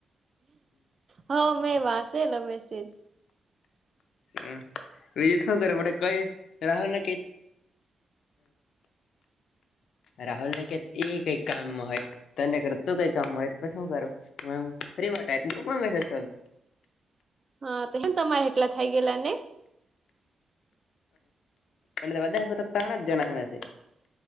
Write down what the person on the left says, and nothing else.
હ રીજ શું કરે પડ કઈ <inaudible> રાહુલના કે રાહુલ નને કે એ એક કામ હોય. તને કર તું કઈ કામ હોય શું કરું ફ મેસેજ
હ અને વધા ત્રણા જ જણાના છે.